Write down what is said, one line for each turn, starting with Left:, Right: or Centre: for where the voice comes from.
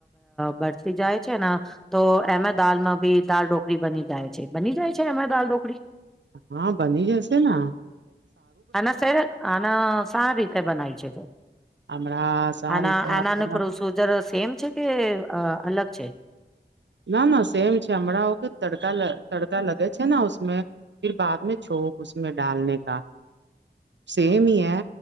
Centre: બળતી જાય છેને, તો એમાં દાલમાં બી દાલ ઢોકળી બની જાય છે બની જાય છે એમાં દાલ ઢોકળી?
Right: હા બની જશે ના.
Centre: અનેના આને સારી રીતે બનાય છે. તો
Right: હમણાં સારી
Centre: આના
Right: રીતે
Centre: આનાનું
Right: આપણા
Centre: પ્રોસીજર સેમ છે કે અલગ છે.
Right: ના ના સેમ છે હમણા ઓ કે તડકા તડકા લગે છે ને ઉમે ફિર બાદમે છોંકમે ડાલને કા સેમ હી હે